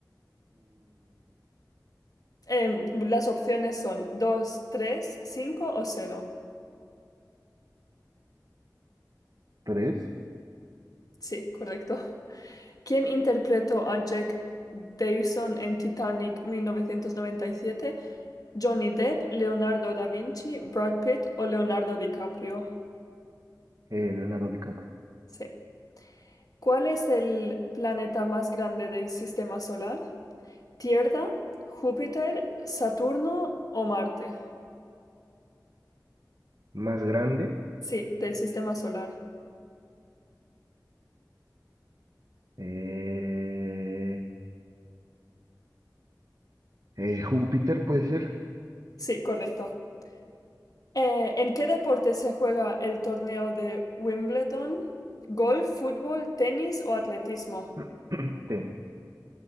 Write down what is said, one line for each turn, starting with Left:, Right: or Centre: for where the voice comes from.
Left: Em, las opciones son dos, tres, cinco o cero.
Right: 3.
Left: Sí, correcto. ¿Quién interpretó a Jack Dawson en Titanic 1997? Johnny Depp, Leonardo da Vinci, Brad Pitt o Leonardo DiCaprio.
Right: Leonardo DiCaprio.
Left: Sí. ¿Cuál es el planeta más grande del sistema solar? Tierra, Júpiter, Saturno o Marte.
Right: Más grande.
Left: Sí, del sistema solar.
Right: eh, eh, Júpiter puede ser.
Left: Sí, correcto. Eh, ¿en qué deporte se juega el torneo de Wimbledon? ¿Golf, fútbol, tenis o atletismo?
Right: <clears throat> Tenis.